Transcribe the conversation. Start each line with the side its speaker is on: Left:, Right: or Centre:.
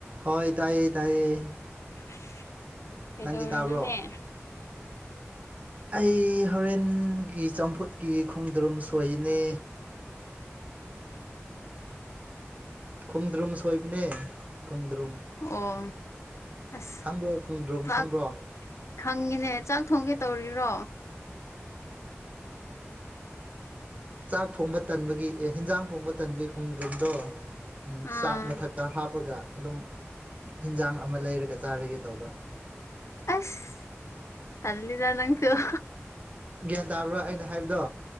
Right: ꯍꯣꯏ ꯇꯥꯏꯌꯦ ꯇꯥꯏꯌꯦ
Left: <inaudible> ꯀꯩꯗꯧꯔꯤꯅꯣꯅꯦ
Right: ꯅꯟꯗꯤ ꯇꯥꯕ꯭ꯔꯣ
Left: <inaudible>
Right: ꯑꯩ ꯍꯣꯔꯦꯟꯒꯤ ꯆꯝꯐꯨꯠꯀꯤ ꯈꯣꯡꯗ꯭ꯔꯨꯝ ꯁꯣꯏꯅꯦ ꯈꯣꯡꯗ꯭ꯔꯨꯝ ꯁꯣꯏꯕꯅꯦ ꯈꯣꯡꯗ꯭ꯔꯨꯝ
Left: ꯑꯣ ꯑꯁ
Right: ꯈꯪꯕ꯭ꯔꯣ ꯈꯣꯡꯗ꯭ꯔꯣꯨꯝ
Left: ꯆꯥꯛ
Right: ꯈꯪꯕ꯭ꯔꯣ
Left: ꯈꯪꯉꯤꯅꯦ ꯆꯥꯛ ꯊꯣꯡꯒꯦ ꯇꯧꯔꯤꯔꯣ
Right: ꯆꯥꯛ ꯊꯣꯡꯕ ꯇꯟꯕꯒꯤ ꯍꯤꯟꯖꯥꯡ ꯊꯣꯡꯕ ꯇꯟꯕꯒꯤ ꯈꯣꯡ꯭ꯔꯨꯝꯗꯣ ꯎꯝ
Left: ꯑꯥ
Right: ꯆꯥꯛ ꯃꯊꯛꯇ ꯍꯥꯞꯄꯒ ꯑꯗꯨꯝ ꯍꯤꯟꯖꯥꯡ ꯑꯃ ꯂꯩꯔꯒ ꯆꯥꯔꯒꯦ ꯇꯧꯕ
Left: ꯑꯁ ꯇꯂꯗ ꯅꯪꯁꯨꯣ
Right: ꯒ꯭ꯌꯥꯟ ꯇꯥꯕ꯭ꯔꯣ ꯑꯩꯅ ꯍꯥꯏꯕꯗꯣ